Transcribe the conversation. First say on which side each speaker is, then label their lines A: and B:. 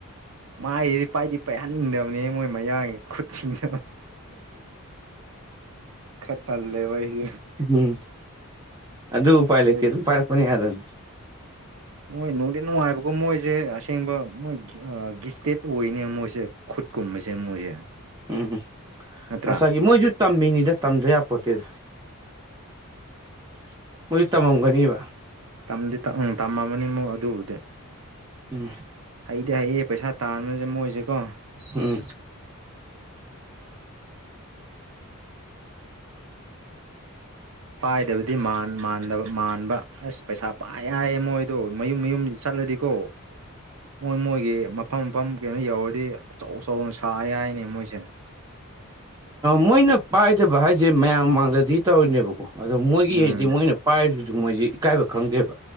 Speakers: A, on the right; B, on the right.
A: ꯃꯥꯏꯖꯤ ꯄꯥꯏꯗꯤ ꯄꯥꯏꯍꯟꯅꯤꯡꯗꯕꯅꯦ ꯃꯣꯏ ꯃꯌꯥꯡ ꯅ ꯈꯇꯔ ꯂꯩꯦꯕ ꯍ
B: ꯎꯝ ꯑꯗꯨ ꯎꯄꯥꯏ
A: ꯑꯗꯨꯒꯤ
B: ꯂꯩꯇꯦ ꯑꯗꯨꯝ ꯄꯥꯏꯔꯛꯄꯅꯦ ꯌꯥꯗꯕꯅꯤ
A: ꯃꯣꯏ ꯅꯨꯡꯗꯤ ꯅꯨꯡꯉꯥꯏꯕꯀꯣ ꯃꯣꯏꯁꯦ ꯑꯁꯦꯡꯕ ꯃꯣꯏ ꯒꯤꯐꯇꯦꯠ ꯑꯣꯏꯅꯦ ꯃꯣꯏꯁꯦ ꯈꯨꯠꯀꯨꯝꯕꯁꯦ ꯃꯣꯏꯁꯦ
B: ꯎꯝ ꯎꯝ
A: ꯅꯠꯇ꯭ꯔꯥ
B: ꯃꯁꯥꯒꯤ ꯃꯣꯏꯁꯨ ꯇꯝꯃꯤꯅꯤꯗ ꯇꯝꯗ ꯌꯥꯄꯣꯠꯇꯦꯗ
A: ꯎ
B: ꯃꯣꯏꯁꯨ ꯇꯝꯃꯝꯒꯅꯤꯕ
A: ꯝꯗꯤ ꯇꯝꯃꯝꯃꯅꯤ ꯃꯨ ꯑꯗꯨꯕꯨꯗꯤ
B: ꯎꯝ
A: ꯍꯩꯗꯤ ꯍꯩꯌꯦ ꯄꯩꯁꯥ ꯇꯥꯟꯕꯅꯁꯦ ꯃꯣꯏꯁꯦꯀꯣ
B: ꯎꯝ
A: ꯄꯥꯏꯗꯕꯗꯤ ꯃꯥꯟꯕ ꯑꯁ ꯄꯩꯁꯥ ꯄꯥꯏ ꯑꯌꯥꯥꯏꯦꯝꯃꯣꯣꯏꯗꯣ ꯃꯌꯨꯝ ꯃꯌꯨꯝ ꯆꯠꯂꯗꯤꯀꯣ ꯃꯣꯏ ꯃꯣꯏꯒꯤ ꯃꯐꯝ ꯃꯐꯝ ꯀꯩꯅꯣ ꯌꯧꯔꯗꯤ ꯑꯆꯧ ꯑꯆꯧ ꯁ ꯍꯥꯏꯅꯤ ꯃꯣꯏꯁꯦ
B: ꯃꯣꯏꯅ ꯄꯥꯏꯗꯕ ꯍꯥꯏꯁꯦ ꯃꯌꯥꯝ ꯃꯃꯥꯡꯗꯗꯤ ꯇꯧꯔꯤꯅꯦꯕꯀꯣ ꯑꯗꯣ ꯃꯣꯏꯒꯤ
A: ꯎꯝ
B: ꯍꯥꯏꯗꯤ ꯃꯣꯏꯅ ꯄꯥꯏꯔꯤꯁꯤꯁꯨ ꯃꯣꯏꯁꯤꯦ ꯏꯀꯥꯏꯕ ꯈꯪꯗꯦꯕ